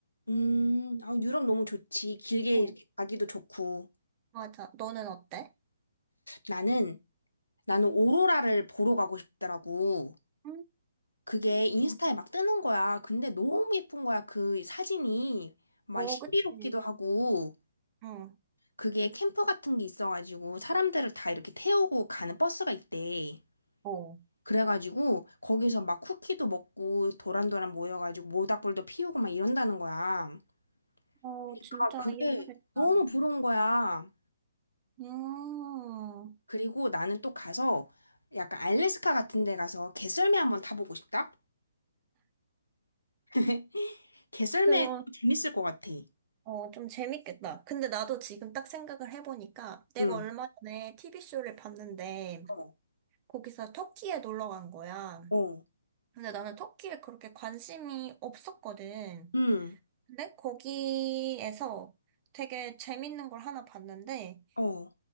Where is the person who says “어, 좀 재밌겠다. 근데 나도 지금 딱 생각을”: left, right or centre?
Right